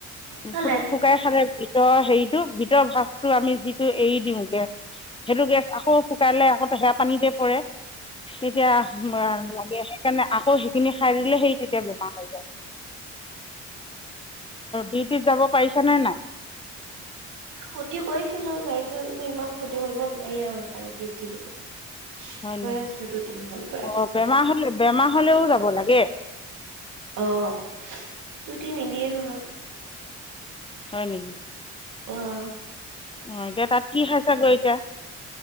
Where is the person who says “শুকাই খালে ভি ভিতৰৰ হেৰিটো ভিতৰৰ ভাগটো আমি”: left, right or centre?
Left